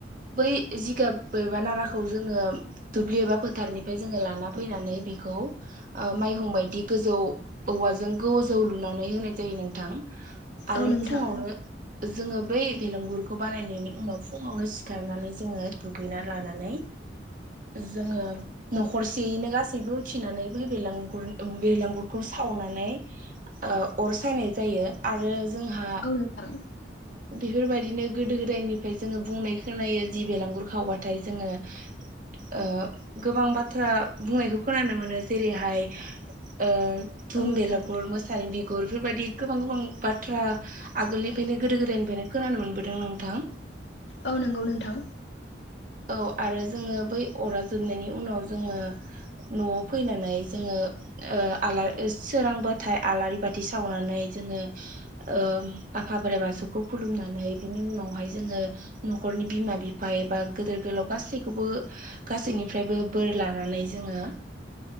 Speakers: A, on the right (about 45°); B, on the left (about 80°).
A: बै जिगाब एबा नाराखौ जोङो दुब्लि एबा फोथारनिफ्राय जोङो लाना फैनानै बेखौ ओ माइहुं बायदि गोजौ औवाजों गोजौ लुनानै होनाय जायो नोंथां आरो
B: औ नोंथां
A: फुङावनो सि जोङो बै भेलेंगुरखौ बानायनायनि उनाव फुङावनो खारनानै जोङो दुगैना लानानै जोङो न'खरसेयैनो गासैबो उथिनानै बै बैलागुर ओ बेलागुरखौ सावनानै ओ अर सायनाय जायो आरो जोंहा
B: औ नोंथां
A: बे बेफोरबायदिनो गोदो गोदायनिफ्राय जोङो बुंनाय खोनायो जि बेलांगुर खावबाथाय जोङो ओ गोबां बाथ्रा बुंनायखौ खोनानो मोनो जेरैहाय ओ धुम
B: औ नोंथां
A: बेलागुर मोसानि बिगुर बेफोर बायदि गोबां गोबां बाथ्रा आगोलनिफ्रायनो गोदो गोदायनिफ्रायनो खोनानो मोनबोदों नोंथां।
B: औ नंगौ नोंथां।
A: औ आरो जोङो बै अरा जोबनायनि उनाव जोङो न'आव फैनानै जोङो ओ आलारि सोरांबाथाय आलारि बाथि सावनानै जोङो ओम आफा बोराइ बाथौखौ खुलुमनानै बिनि उनावहाय जोङो नखरनि बिमा बिफाया एबा गिदोर गोलाव गासैखौबो गासैनिफ्रायबो बोर लानानै जोङो